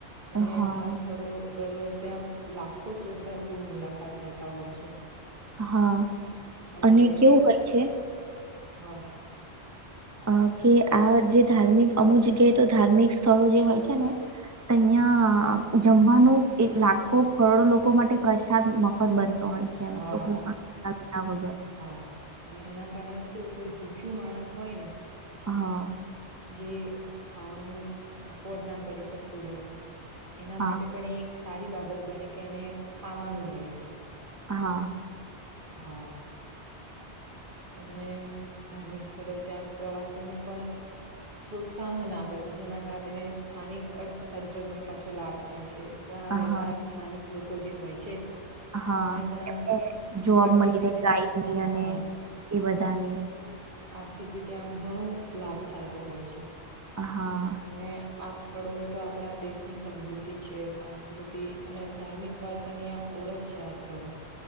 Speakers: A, on the right; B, on the right.
A: અને
B: હા
A: આ સ્થળો, દર વર્ષે આમ લાખો શ્રદ્ધાળુઓ મુલાકાત લેતા હોય છે.
B: હા
A: અમે
B: અને કેવું
A: એક
B: હોય છે.
A: હા.
B: અ કે આ જે ધાર્મિક અમુક જગ્યાએ તો ધાર્મિક સ્થળો જે હોય છે ને. તો અહં જમવાનું લાખો કરોડો લોકો માટે પ્રસાદ મફ. બનતો હોય છે
A: હા
B: એમ તો. લીધા વગર
A: હા અને એના કારણે કેવ કોઈ ભૂખ્યું માણસ હોય ને.
B: હા
A: જે ખાવાનું અફોર્ડ ના કરી શકતું હોય એના
B: હા
A: માટે પણ એ. સારી બાબત બને કે એને ખાવાનું મળી રહેે.
B: હા
A: હા અને ધાર્મિક સ્થળો ત્યાં આ પ્રવાસનને પણ પ્રોત્સાહન આપે છે જેના કારણે સ્થાનિક અર્થતંત્રને પાછો લાભ થાય છે. ત્યાં
B: હા
A: રહેતા સ્થાનિક લોકો જે હોય છે.
B: હા
A: પણ આમ
B: એમને જોબ
A: આર્થિક
B: મળી
A: રીતે
B: દે ગાય ની, અને
A: હા
B: એ બધાની,
A: આર્થિક રીતે આમ ઘણું લાભ થાયતો હોય છે.
B: હા
A: અને. આ સ્થળો તો આપણા દેશની સમૃદ્ધિ છે સાસ્કૃતિ અને ધાર્મિક વારસાની આમ. ઓળખ છે આ સ્થળો.